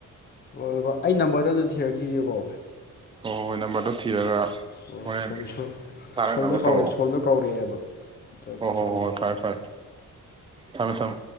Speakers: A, on the left (about 30°); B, on the right (about 15°).
A: ꯍꯣꯏ ꯍꯣꯏ ꯑꯩ ꯅꯝꯕꯔꯗ ꯑꯝꯗ ꯊꯤꯔꯛꯈꯤꯒꯦꯀꯣ
B: ꯍꯣꯏ ꯍꯣꯏ ꯍꯣꯏ ꯅꯝꯕꯔꯗꯣ ꯊꯤꯔꯒ
A: ꯍꯣꯏ
B: ꯍꯣꯔꯦꯟ
A: ꯁꯣꯝꯗ
B: ꯊꯥꯔꯛꯅꯕ
A: ꯁꯣꯝꯗ ꯀꯧꯔꯦ
B: ꯇꯧꯔꯛꯑꯣ
A: ꯁꯣꯝꯗ ꯀꯧꯔꯛꯑꯦꯕ ꯑꯝꯇ
B: ꯍꯣꯏ ꯍꯣꯏ ꯍꯣꯏ ꯐꯔꯦ ꯐꯔꯦ ꯊꯝꯃꯦ ꯊꯝꯃꯦ